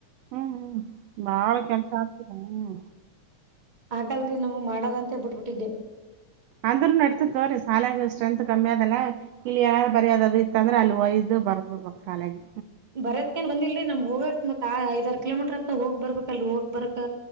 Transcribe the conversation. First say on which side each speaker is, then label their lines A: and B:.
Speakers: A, on the right; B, on the right.
A: ಹ್ಮ್ ಹ್ಮ್ ಬಾಳ ಕೆಲ್ಸ ಆಗ್ತೀರ ಹ್ಮ್
B: ಆಕಲ್ರಿ ನಮ್ಗ್ ಮಾಡೋದಂತೆ ಬಿಟ್ಬಿಟ್ಟಿದ್ದೆ
A: ಅಂದ್ರೂ ನಡತ ತೋ್ರಿ ಸಾಲಂಗ ಸ್ಟ್ರೆಂತ್ ಕಮ್ಮಿ ಅದಲ್ಲ ಇಲ್ಲಿ ಯಏಾರು ಬರಿಯೋದ ಇ ಅಂದ್ರೆ ಅಲ್ಲಿದು ಬರ್ಬಡ್ಬೇಕಕ್ಖಾಲಾಗಿ
B: ಬರದಕ ಏನ್ ಬಂದಿಲ್ರಿ ನಮ್ ಹೋಗಕ್ತ್ ಆಐದಾರರು ಕಿಲೋಮೀಟರ್ ಹತ್ ಹೋಗ್ ಬರ್ಬೇಕಕ್ಲ್ರಿ ಹೋಗಕ್ ಬರಕ್